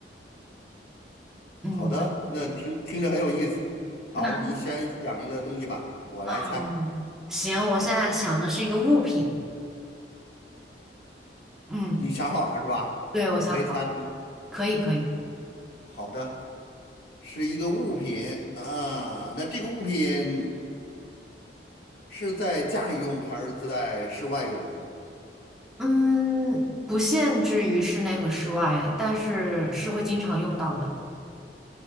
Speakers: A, in the centre; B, on the left.
A: 嗯，
B: 好的，那听听着很有意思。好，
A: 那
B: 你先想一个东西吧，我来猜。
A: 啊，行，我现在想的是一个物品。嗯，
B: 你想好了是吧？
A: 对，我想好，
B: 我可以猜了吗？
A: 可以，可以。
B: 好的，是一个物品啊。那这个物品是在家里用还是在室外用？
A: 嗯，不限制于室内和室外，但是是会经常用到的。